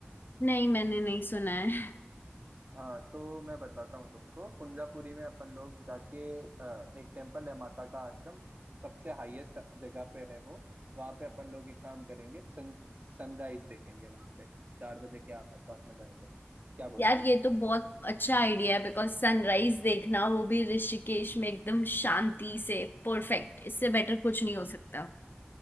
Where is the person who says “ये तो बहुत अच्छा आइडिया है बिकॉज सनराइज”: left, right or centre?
Left